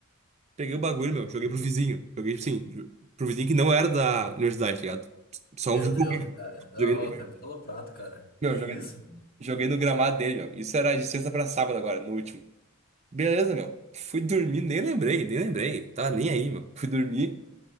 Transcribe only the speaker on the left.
Meu
meu
Deus,
cara. Não,
tá muito aloprado, cara.
Que isso?